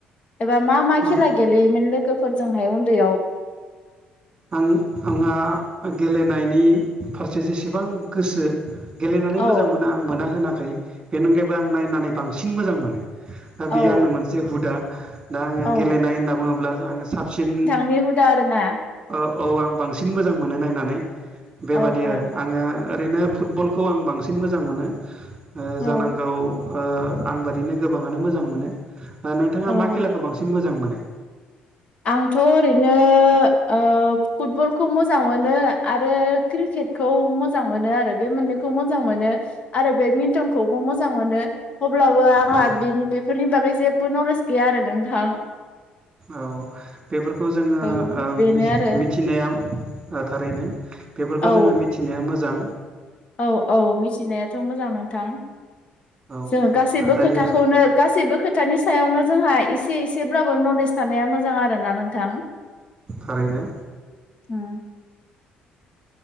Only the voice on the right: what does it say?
आं
आं आंहा गेलेनायनि फारसे जेसेबां गोसो गेलेनानै
मोजां मोनो आं मोना होनाखै बेनि अनगायैबो आं नायनानै बांसिन मोजां मोनो। ओ
बेयो आंनि मोनसे हुदा दा आङो
गेलेनाय होनना बुङोब्ला आङो साबसिन
औ औ आं बांसिन मोजां मोनो नायनानै बेबादि
आरो आङो ओरैनो फुटबल खौ आं बांसिन मोजां मोनो ओ
जानांगौ। ओ आं बादिनो गोबाङानो मोजां मोनो। नोंथाङा
मा खेलाखौ बांसिन मोजां मोनो?
औ
औ बेफोरखौ जोङो
ओ
मिथिनाया थारैनो बेफोरखौ
जों मिथिनाया मोजां।
औ
दायो
थारैनो।